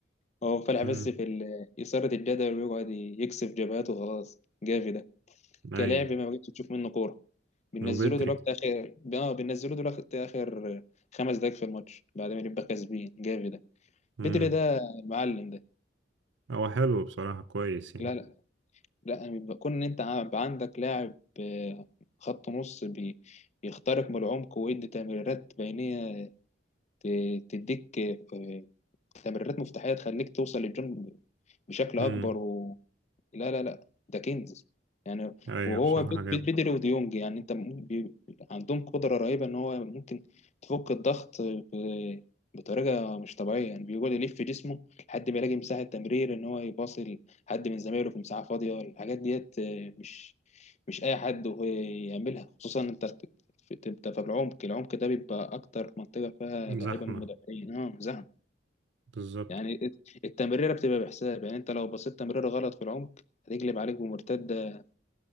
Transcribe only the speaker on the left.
هو فالح بس
في ال- إثارة الجدل ويقعد يكسب جبهاته خلاص جافي ده
كلاعب ما بقتش تشوف منه كوره بننزله
دلوقتي اخر اه بننزله دلوقتي اخر خمس دقايق في الماتش بعد ما نبقى كاسبين جافي ده
بدري ده المعلم ده
لا لا لا يعني بيبقى كون ان انت عب- عندك لاعب آه، خط نص بي- بيخترق من العمق ويدي تمريرات بينيه ت- تديك آه، تمريرات مفتاحيه تخليك توصل للجون بشكل
اكبر لا لا لا ده كنز يعني
وهو
بيد-
بيد- بدري وديونج يعني انت م- بي- عندهم قدرة رهيبة ان هو ممكن تفك الضغط ب- بطريقة مش طبيعية يعني بيقعد يلف في جسمه لحد ما يلاقي مساحة تمرير ان هو يباصي لحد من زمايله في مساحة فاضية الحاجات ديت آه، مش مش اي حد هو يعملها خصوصا انت في- انت في العمق العمق ده بيبقى اكتر منطقة فيها لعيبة
من المدافعين اه زحمة
يعني التمريره بتبقى بحساب يعني انت لو بصيت تمريره غلط في العمق هتقلب عليك بمرتده